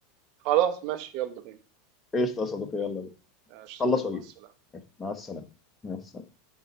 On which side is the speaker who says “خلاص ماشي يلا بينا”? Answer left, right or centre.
Right